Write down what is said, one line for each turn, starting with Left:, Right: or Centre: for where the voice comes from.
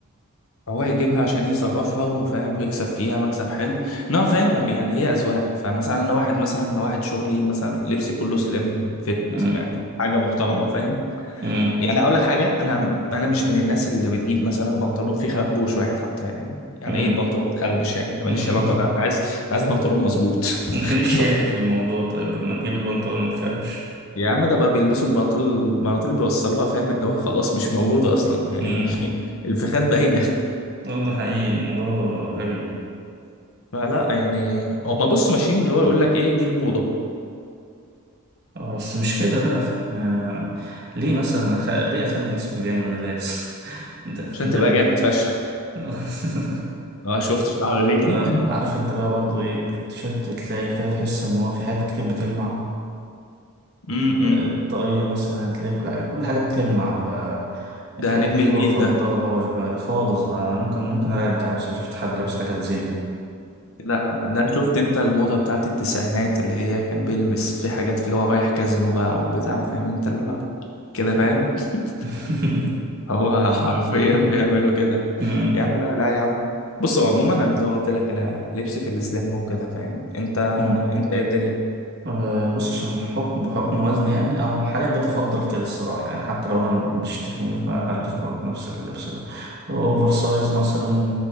Left: فهو يجيبها عشان يصرفها وفاهم ويكسب فيها مكسب حلو انما فاهم ما بي- يعني هي اذواق فمثلا انا واحد مثلا انا واحد شغلي مثلا لبسي كله سليم فيت
Right: مم.
Left: يعني حاجه محترمه فاهم
Right: امم
Left: يعني اقول لك حاجه انا انا مش من الناس اللي بتجيب مثلا بنطلون فيه خربوش واحد حتى يعني يعني
Right: امم
Left: ايه بنطلون بتخربش يعني أنا
Right: <laughs>
Left: ماليش علاقه ده أنا عايز أنا عايز بنطلون مظبوط
Right: فين الشياكة
Left: <laughs>
Right: في الموضوع طيب لما تجيب لي بنطلون ما تخربش
Left: يا عم ده بقى بيلبسوا البناطيل البناطيل اللي بيوصلوها فاهم اللي هو خلاص مش موجوده اصلا يعني
Right: امم
Left: <laughs> الفخاد باينه
Right: آه، ده حقيقي الموضوع غبي
Left: فلا يعني هما بص ماشيين اللي هو يقول لك ايه دي الموضة
Right: اه بس مش كده بقى فاحنا ليه مثلا أخ... ليه اخلي جسمي باين وانا لابس <laughs> ده
Left: عشان
Right: ده
Left: تبقى
Right: الب...
Left: جامد فشخ
Right: <laughs>
Left: اه شفت شعر رجلي
Right: آه، عارف انت بقى برضو ايه التيشيرت تلاقي كده تحس ان هو في حاجات كتير بتلمع
Left: امم
Right: الطاقية مثلا هتلاقي كل حاجة كل حاجة بتلمع فالحاجات
Left: ده نجم
Right: دي
Left: الجيل
Right: ما بفضلهاش
Left: ده
Right: بقى دي خالص بقى ممكن ممكن أرجع مثلا لو شفت حد لابس حاجات زي دي
Left: ده ده شفت انت الموضة بتاعت التسعينات اللي هي كان بيلمس في حاجات في اللي هو رايح كازينو بقى وبتاع فاهم انت اللي هو كده فاهم <laughs>
Right: <laughs>
Left: هو حرفيا بيعملوا كده
Right: أمم،
Left: يا عم لا لا يا عم بص هو عموما انا زي ما قلت لك انا لبسي في السليم وكده فاهم انت
Right: أمم.
Left: انت ايه الدنيا
Right: آه، بص عشان حكم بحكم وزني يعني أو حاليا بتفضل كده الصراحة يعني حتى لو أنا مش تخين فهلبس برضه نفس اللبس ده أوفر سايز مثلا